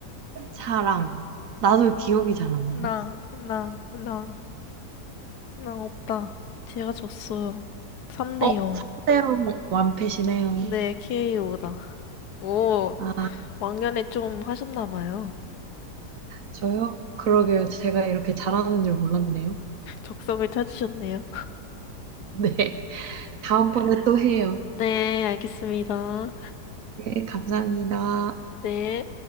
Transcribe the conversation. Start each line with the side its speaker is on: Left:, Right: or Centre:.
Right: 사랑. 나도 기억이 잘 안 나네.
Left: 랑, 랑, 랑, 랑 없다. 제가 졌어요. 3대
Right: 어,
Left: 0.
Right: 상대형 완패시네요.
Left: 네, KO다. 오,
Right: 아,
Left: 왕년에 좀 하셨나 봐요.
Right: 저요? 그러게요. 제가 이렇게 잘하는 줄 몰랐네요.
Left: 적성을 찾으셨네요.
Right: <laughs> 네. 다음번에 또 해요.
Left: 네, 알겠습니다.
Right: 네, 감사합니다.
Left: 네.